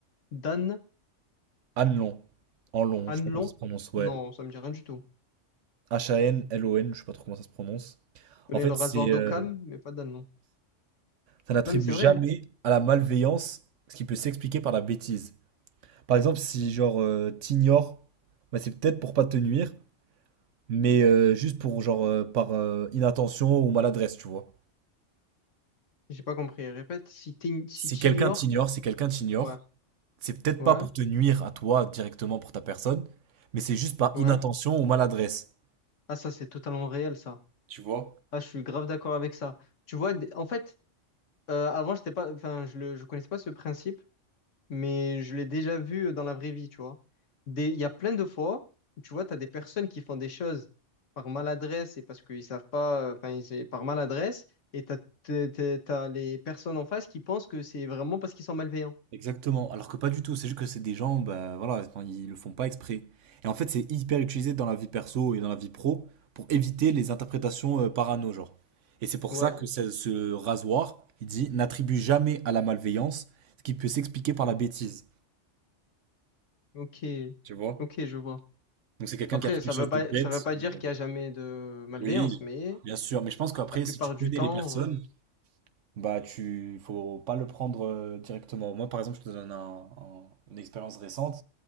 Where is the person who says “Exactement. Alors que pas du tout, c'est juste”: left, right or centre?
Right